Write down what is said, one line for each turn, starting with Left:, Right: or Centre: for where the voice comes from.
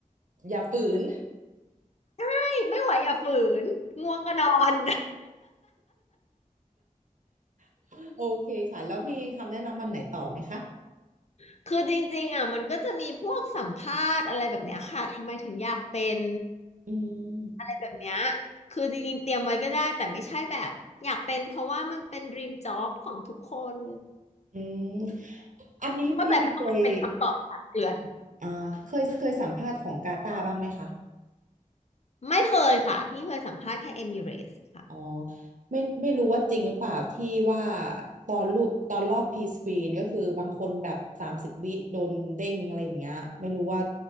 Right: อย่าฝืน
Left: ไม่ไม่ไหวอย่าฝืนง่วงก็นอน
Right: <laughs> โอเคค่ะแล้วมีคำแนะนำมันไหนต่อไหมคะ
Left: <laughs> คือจริงๆอ่ะมันก็จะมีพวกสัมภาษณ์อะไรแบบเนี้ยค่ะทำไมถึงอยากเป็น
Right: อืม
Left: อะไรแบบเนี้ยคือจริงๆเตรียมไว้ก็ได้แต่ไม่ใช่แบบอยากเป็นเพราะว่ามันเป็น dream job ของทุกคน
Right: อืมอันนี้พี่เคย
Left: เข้าใจปะว่ามันเป็นคำตอบคลดเคลื่อน
Right: อ่าเคยเคยสัมภาษณ์ของกาตาร์บ้างไหมคะ
Left: ไม่เคยค่ะพี่เคยสัมภาษณ์แค่เอมิเรสค่ะ
Right: อ๋อไม่ไม่รู้ว่าจริงหรือเปล่าที่ว่าตอนรูปตอนรอบพีสกรีนก็คือบางคนแบบสามสิบวิโดนเด้งอะไรอย่างเงี้ยไม่รู้ว่า